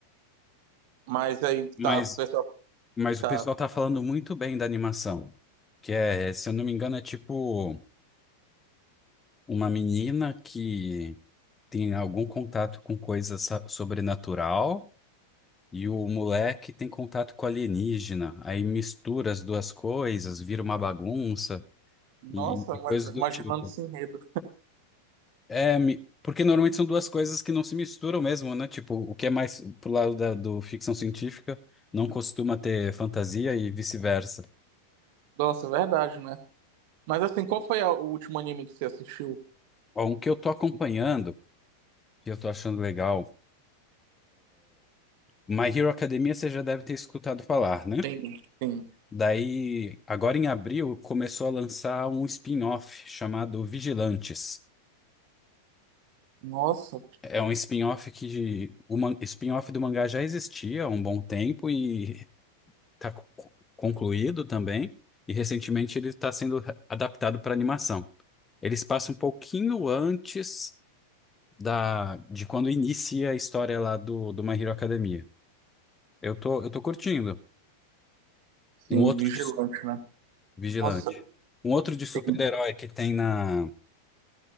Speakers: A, on the right; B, on the left.
A: Mas aí
B: mas
A: tá, o pessoal
B: Mas
A: tá,
B: o pessoal tá falando muito bem da animação, que é, se eu não me engano, é tipo uma menina que tem algum contato com coisa sa- sobrenatural e o moleque tem contato com alienígena. Aí mistura as duas coisas, vira uma bagunça
A: nossa,
B: e, e
A: ima-
B: coisas do
A: imaginando
B: tipo.
A: esse enredo.
B: É, mi- porque normalmente são duas coisas que não se misturam mesmo, né? Tipo, o que é mais pro lado da, do ficção científica não costuma ter fantasia e vice-versa.
A: Nossa, é verdade, né? Mas assim, qual foi a- o último anime que você assistiu?
B: Ó, Um que eu tô acompanhando que eu tô achando legal. My Hero Academia você já deve ter escutado falar, né?
A: Tem, tem.
B: Daí, agora em abril, começou a lançar um spin-off chamado Vigilantes.
A: Nossa.
B: É um spin-off que o man- spin-off do mangá já existia há um bom tempo e está concluído também. E recentemente ele está sendo re- adaptado para animação. Eles passa um pouquinho antes da de quando inicia a história lá do, do My Hero Academia. Eu tô, eu tô curtindo.
A: Sim,
B: Um outro.
A: vigilante, né?
B: Vigilante.
A: Nossa,
B: Um outro de super-herói
A: sim,
B: que tem na,